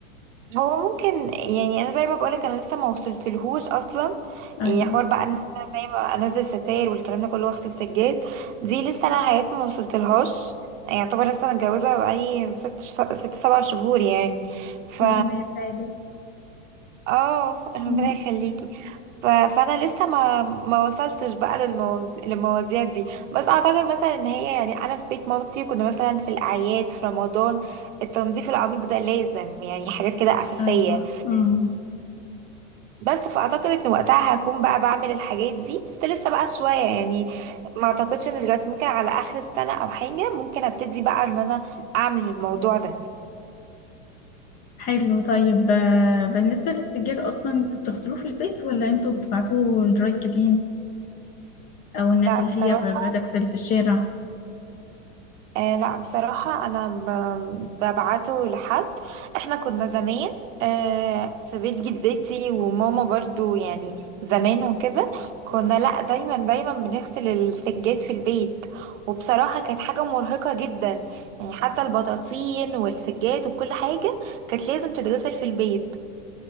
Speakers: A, on the right; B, on the left.
A: هو ممكن يعني انا زي ما بقولك انا لسه ما وصلتلهوش اصلا
B: ايوه
A: يعني حوار بقى ان انا زي ما انزل ستاير والكلام ده كله واغسل سجاد دي لسه انا حياتي ما وصلتلهاش يعني يعتبر لسه متجوزه بقالي ست ش- ست سبع شهور يعني ف
B: ربنا يساعدك
A: اه ربنا
B: أمم،
A: يخليكي ف... فانا لسه ما ما وصلتش بقى للمواض... للمواضيع دي بس اعتقد مثلا ان هي يعني انا في بيت مامتي كنا مثلا في الاعياد في رمضان التنظيف العميق ده لازم يعني حاجات كده اساسيه
B: ايوه امم
A: بس فاعتقد ان وقتها هكون بقى بعمل الحاجات دي بس لسه بقى شويه يعني ما اعتقدش ان دلوقتي ممكن على اخر السنه او حاجه ممكن ابتدي بقى ان انا اعمل الموضوع ده
B: حلو طيب آه بالنسبه للسجاد اصلا انتوا بتغسلوه في البيت ولا انتوا بتبعتوه للدراي كلين او الناس
A: لا
B: اللي
A: بصراحه
B: هي في- بتغسل في الشارع
A: آه لا بصراحة أنا ب- ببعته لحد إحنا كنا زمان آه في بيت جدتي وماما برضو يعني زمان وكده كنا لا دايما دايما بنغسل السجاد في البيت وبصراحة كانت حاجة مرهقة جدا يعني حتى البطاطين والسجاد وكل حاجة كانت لازم تتغسل في البيت